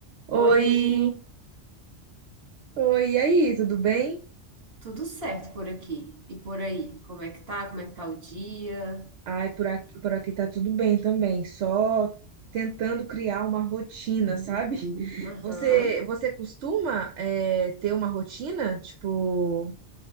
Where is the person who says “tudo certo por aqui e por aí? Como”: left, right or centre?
Right